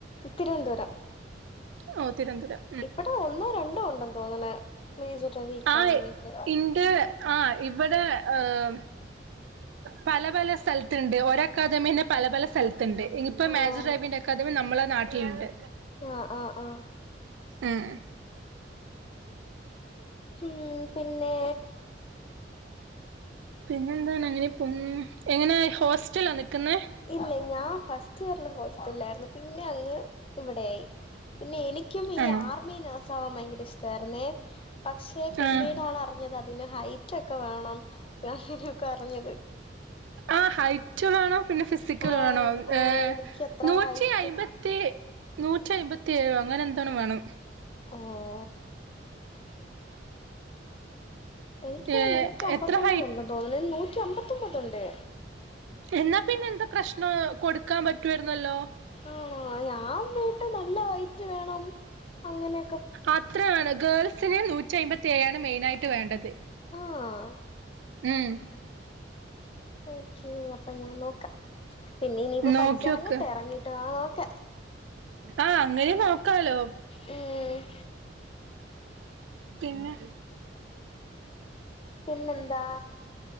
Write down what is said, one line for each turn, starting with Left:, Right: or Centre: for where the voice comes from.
Left: തിരുവനന്തപുരം.
Right: ഓ തിരുവന്തപുരം.
Left: ഇവടെ ഒന്നോ രണ്ടോ ഉണ്ടെന്ന് തോന്ന്ണ് മേജർ രവി അക്കാഡമി
Right: ആഹ്
Left: ഒക്കെ.
Right: ഇന്റെ ആ ഇവിടെ ആഹ്. പല പല സ്ഥലത്ത്ണ്ട് ഒരു അക്കാദമി തന്നെ പല പല സ്ഥലത്ത്ണ്ട്. ഇപ്പോ
Left: ആഹ്
Right: മേജർ രവിന്റെ അക്കാദമി നമ്മളെ നാട്ടിലുണ്ട്.
Left: ആഹ് ആഹ് ആഹ്
Right: ഉം
Left: ഉം പിന്നെ
Right: പിന്നെന്താണ് അങ്ങനെ പോണു. എങ്ങനാ ഹോസ്റ്റലാ നിക്കുന്നേ.
Left: ഇല്ല ഞാൻ ഫസ്റ്റ് ഇയറില് ഹോസ്റ്റലായിരുന്നു, പിന്നെ അങ്ങ് ഇവിടെയായി. പിന്നെ എനിക്കും ഈ
Right: ആണോ
Left: ആർമി നേഴ്സ് ആവാൻ ഭയങ്കര ഇഷ്ടായിരുന്നേ, പക്ഷെ പിന്നീടാണ്
Right: ആഹ്
Left: അ അറിഞ്ഞത് അതിന് ഹൈറ്റൊക്കെ വേണം അങ്ങനൊക്കെ അറിഞ്ഞത്.
Right: ആ ഹൈറ്റ് വേണം പിന്നെ ഫിസിക്കൽ
Left: ആഹ്
Right: വേണം,
Left: ആഹ്
Right: ഏഹ്
Left: എനിക്കത്ര
Right: നൂറ്റി
Left: ഹൈറ്റ്
Right: അയ്മ്പ ത്തി നൂറ്റി അമ്പത്തിയേഴോ അങ്ങനെ എന്തോ വേണം.
Left: ഓഹ്. എനിക്കാണ്
Right: ഏ
Left: നൂറ്റി അമ്പത്തൊമ്പത്
Right: എത്ര ഹൈ
Left: ഉണ്ടെന്ന് തോന്നുന്നു. നൂറ്റി അമ്പത്തൊമ്പത് ഉണ്ട്.
Right: എന്നാ പിന്നെ എന്താ പ്രശ്നം കൊടുക്കാൻ പറ്റുവാരുന്നല്ലോ.
Left: ആണോ, ഞാൻ വീട്ട് നല്ല ഹൈറ്റ് വേണം അങ്ങനെ
Right: അത്രയാണ് ഗേൾസിന് നൂറ്റി അമ്പത്തി ഏഴാണ് മെയിനായിട്ട് വേണ്ടത്.
Left: ആഹ്
Right: ഉം
Left: ഓക്കെ അപ്പൊ ഞാൻ നോക്കാം പിന്നെ ഇനിയിപ്പോ
Right: നോക്കിയോക്ക്.
Left: പഠിച്ചിറങ്ങട്ടെ ഇറങ്ങിട്ട് വേണം നോക്കാൻ
Right: ആഹ് അങ്ങനെയും നോക്കാലോ.
Left: ഉം.
Right: പിന്നെ.
Left: പിന്നെന്താ